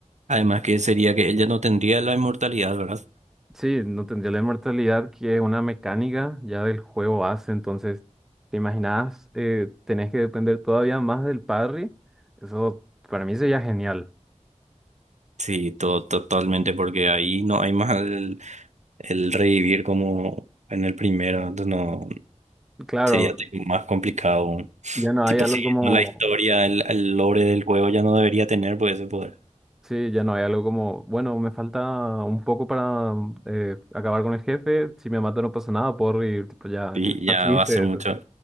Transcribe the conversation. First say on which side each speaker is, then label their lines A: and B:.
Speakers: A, on the right; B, in the centre.
A: Además que sería que ella no tendría la inmortalidad, ¿verdad?
B: Sí, no tendría la inmortalidad que es una mecánica ya del juego base, entonces, ¿te imaginas? eh, tenés que depender todavía más del parry. Eso para mí sería genial.
A: Sí, to- totalmente, porque ahí no hay más el, el revivir como en el primero, entonces no
B: Claro,
A: sería tipo más complicado.
B: ya no
A: Tipo,
B: hay algo
A: siguiendo
B: como...
A: la historia, el, el lore del juego ya no debería tener pues, ese poder.
B: Sí, ya no hay algo como, bueno, me falta un poco para mm, eh, acabar con el jefe, si me mata no pasa nada, puedo reír, tipo, ya,
A: Y
B: ya <laughs> está
A: ya
B: triste
A: va a ser mucho,
B: eso.